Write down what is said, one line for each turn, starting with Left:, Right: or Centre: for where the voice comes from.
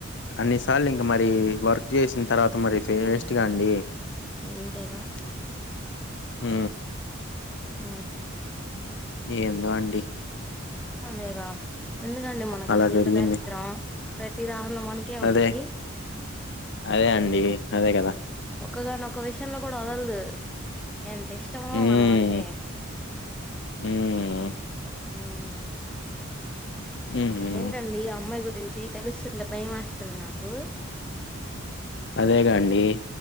Left: అన్ని సార్లు ఇంకా మరి వర్క్ చేసిన తర్వాత మరి ఫేస్ట్గా అండి
Centre: అంతేగా
Left: ఆ
Centre: అ
Left: ఏందో అండి
Centre: అదేగా ఎందుకాండి మొన
Left: అలా
Centre: అస్సలు
Left: జరిగింది
Centre: ఇంత దరిద్రం ప్రతిద మనకే ఉండికి
Left: అదే అదే అండి అదే కదా
Centre: ఒక్కగాని ఒక విషయంలో కూడా వదలదు ఎంత ఇష్టమో
Left: ఉమ్
Centre: మనం అంటే
Left: ఉమ్
Centre: ఉ
Left: ఉహు
Centre: ఏంటండి ఈ అమ్మాయి గు రించి తెలుస్తుంటె భయం ఏస్తుంది నాకు
Left: అదేగా అండి